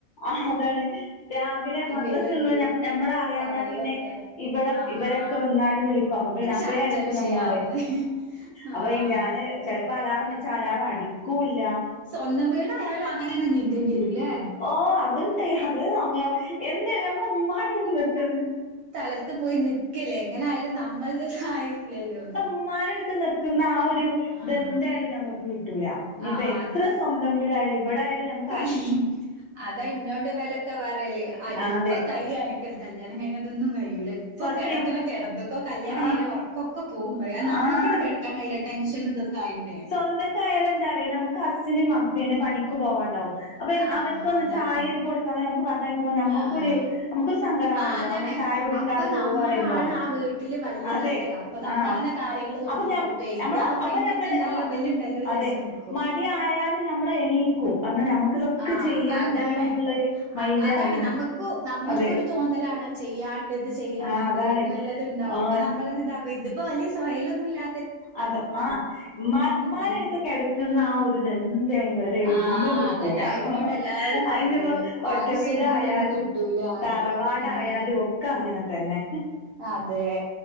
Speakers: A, on the left (about 60°); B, on the right (about 70°).
A: ആഹ അതാണ് രാവിലെ മദ്രാസ്സുള്ളത്ഞ്ഞം
B: വരോ എന്തേലും
A: ഞമ്മളറിയാഞ്ഞാ
B: പറയോന്ന്ള്ള
A: പിന്നെ ഇബ്ടെ
B: ആഹ്
A: ഇവരൊക്കെ വന്നാലും വിളിക് അപ്പപ്പിന്നെ അപ്പഴേ
B: ചർച്ചാ
A: ആയ്ര്ക്കും
B: വിഷയാവുന്ന്.
A: ഞമ്മളറിയ അപ്പൊ
B: ആഹ്
A: ഈ ഞാന് ചെലപ്പം അലാറം വെച്ചാ അലാറം അടിക്കൂല്ലാ
B: സ്വന്തം വീടായാലും അങ്ങെനെന്നെ നിക്കേണ്ട്യെരും ലേ
A: ഓ അതുണ്ട് അത്അങ്ങഎന്തല്ലാം ഉ മ്മാരെടുത്ത് നിൽക്കുന്നു
B: ലത്ത് പോയി നിക്കല്ലേ എങ്ങനെയായാലും നമ്മളുടെ സഹായല്ലോന്ന്
A: മ്മാരെടുത്തുന്നു ക്കുന്ന ആ ഒരു
B: ആഹ്.
A: ഇതെന്തായാലും നമ്മക്ക് കിട്ടൂല ഇഞ്ഞിപ്പഎത്ര
B: ആഹ്
A: സ്വന്തം വീടായാലും ഇവിടെയാലോ ഞമ്മ
B: ക അതാ ഇന്നോണ്ട് വലൊക്കെ പറ്യേല്
A: ആഹ്
B: ഇപ്പൊ
A: അതെ
B: കൈയ്യു അന കല്യാണം കഴിഞ്ഞാതൊന്നും കഴിയൂല ഇപ്പൊ
A: സത്യം
B: കെടക്കണകെടത്തൊക്കൊ കല്യാണം
A: ആഹ്
B: കഴിഞ്ഞാൽ ഒറക്കൊ ഒക്കെ പോകുമ്പഴേആ നമ്മക്കെന്നെ
A: ആഹ്
B: കെടക്കാൻ കഴിയില്ല ടെൻഷനും ഇതൊക്കെ ആയിട്ട്
A: സ്വന്തെക്കായാലെന്താറ്യോ ഞമ്മക്ക് അസ്സിന് മക്കെ പിന്നെ പണിക്ക് പോവാണ്ടാവും അപ്പൊ എന്ന്
B: ആഹ്
A: അവര്ക്കൊന്ന്
B: അതാണ്.
A: ചായിട്ട് കൊട്ക്കാതെ ഞമ്മക്ക് പർഞ്ഞയ്ക്കുമ്പം ഞമ്മക്കൊര്
B: ആഹ് ആഹ്
A: ഞമ്മക്കൊര് സങ്കടാണല്ലോ
B: ആ അതാണ്.
A: അങ്ങനെ ചായ കുടിക്കാതെ
B: അപ്പ
A: പോവ്വാപറയുമ്പോ.
B: നമ്മളാണ് ആ വീട്ടില് വല്യതായിട്ടുള്ള.
A: അതെ..
B: അപ്പ നമ്മളന്നെ
A: ആ
B: കാര്യങ്ങള് നോക്കി
A: അപ്പൊ ഞ്ഞം
B: നടത്തുവേ.
A: ഞമ്മളഅപ്പൊ
B: ഇതാവുമ്പോ ഇമ്മച്ചിണ്ടല്ലോ
A: ഞമ്മള് ആഹ്
B: ഇവലുണ്ടല്ലോ വിചാരിച്ച്
A: അതെ
B: നിക്കും.
A: മടിയായാലും നമ്മൾ എണീക്കും. അങ്ങനെ നമ്മുക്ക് ക്ക് ഇതൊക്കെ
B: ആഹ്
A: ചെയ്യാണ്ടല്ലോന്ന്ള്ളൊരു
B: അതാണ്.
A: മൈൻഡാണ്
B: അപ് അതാണ് നമ്മക്കു നമ്മക്കൊരു
A: അതെ
B: തോന്നലാണ് ചെയ്യാണ്ടത് ചെയ്യാണ്ട്
A: ആഹ് അതാണ്
B: എന്ന്ള്ളത്ണ്ടാവും
A: ആഹ്
B: അപ്പൊ നമ്മളന്നെ ഇത പ്പ ഇത്പ്പ വല്യ സ്വഹെലൊന്നും ഇല്ലാ
A: അതൊ ആഉമ്മ ഉമ്മാരെടുത്തു
B: അതാണ്.
A: കിടക്കുന്ന ആ ഒരു തെന്തായാലും വേറെ എവിടുന്നും
B: ആഹ്
A: കിട്ടൂല.
B: അതന്നെ. അയിനോട്
A: ഹഹ ഹ
B: എല്ലാരും
A: അതിഞ്ഞിപ്പോ
B: പറയും. ആ
A: ഒറ്റ
B: ഒരു
A: വീടായാലും
B: സുഖം ഇതൊന്നും കിട്ടൂല പറയും.
A: തറവാടായാലും
B: ഉം
A: ഒക്കെ ങ്ങനെത്തന്നെ
B: അതെ..